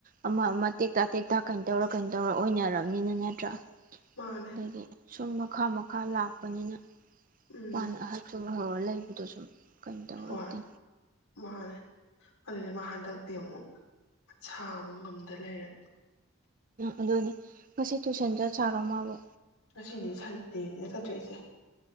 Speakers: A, on the right; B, on the left.
A: ꯑꯃ ꯑꯃ ꯇꯦꯛꯇ ꯇꯦꯛꯇ ꯀꯩꯅꯣ ꯇꯧꯔ ꯀꯩꯅꯣ ꯇꯧꯔ ꯑꯣꯏꯅꯔꯕꯅꯤꯅ ꯅꯠꯇ꯭ꯔꯥ
B: ꯃꯥꯅꯦ
A: ꯑꯗꯒꯤ ꯁꯨꯝ ꯃꯈꯥ ꯃꯈꯥ ꯂꯥꯛꯄꯅꯤꯅ
B: ꯎꯝ
A: ꯃꯥꯅ ꯑꯍꯟꯁꯨ ꯍꯧꯔ ꯂꯩꯥꯕꯗꯨꯁꯨ ꯀꯩꯝ ꯇꯧꯔꯛꯇꯦ
B: ꯍꯣꯏ ꯃꯥꯅꯦ ꯑꯗꯨꯅꯦ ꯃꯥ ꯍꯟꯗꯛꯇꯤ ꯑꯃꯨꯛ ꯃꯁꯥ ꯑꯃꯨꯛ ꯉꯝꯗ ꯂꯩꯔꯦ
A: ꯑꯗꯨꯅꯦ ꯉꯁꯤ ꯇꯨꯏꯁꯟ ꯆꯠ ꯆꯥꯔꯣ ꯃꯥꯕꯣ
B: ꯉꯁꯤꯗꯤ ꯁꯟꯗꯦꯅꯤꯅ ꯆꯠꯇ꯭ꯔꯦ ꯏꯆꯦ